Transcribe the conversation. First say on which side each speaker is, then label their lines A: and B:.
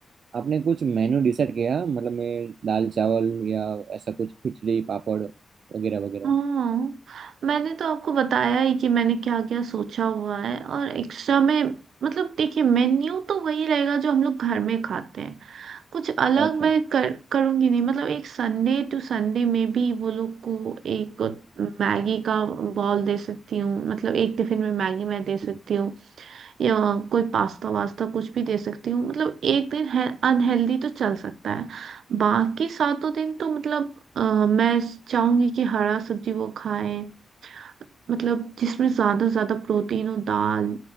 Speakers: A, on the right; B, on the right.
A: आपने कुछ मेनू डिसाइड किया मतलब मैं दाल चावल या ऐसा कुछ खिचड़ी पापड़ वगैरह वगैरह
B: हाँ मैंने तो आपको बताया ही कि मैंने क्या क्या सोचा हुआ है और एक्स्ट्रा में मतलब देखिए मेन्यू तो वही रहेगा जो हम लोग घर में खाते हैं कुछ अलग
A: अच्छा
B: मैं कर करूंगी नहीं मतलब एक संडे टू संडे में भी वो लोग को एक मैगी का बॉल दे सकती हूँ मतलब एक टिफिन में मैगी मैं दे सकती
A: ठीक।
B: हूँ या कोई पास्ता वास्ता कुछ भी दे सकती हूँ मतलब एक दिन है अनहेल्दी तो चल सकता है बाकी सातों दिन तो मतलब अ, मैं चाहूंगी कि हरा सब्जी वो खाएं मतलब जिसमें ज्यादा ज्यादा प्रोटीन हो दाल